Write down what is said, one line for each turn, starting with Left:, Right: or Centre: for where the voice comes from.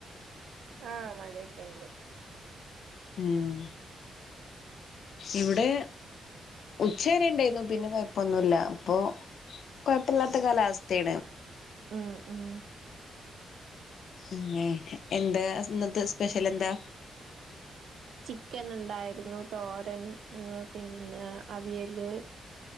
Right: ആഹ് മഴയൊക്കെ ഇണ്ട്
Left: ഉം ഇവിടെ ഉച്ചവരെ ഇണ്ടായിരുന്നു പിന്നെ കൊയപ്പൊന്നുല്ല അപ്പൊ- കൊയപ്പില്ലാത്ത കാലാവസ്ഥയാണ്
Right: ആഹ് ആഹ്
Left: ഉംഎന്താ ഇന്നത്തെ സ്പെഷ്യൽ എന്താ
Right: ചിക്കൻ ഒണ്ടായിരുന്നു തോരൻ പിന്നെ അവിയല്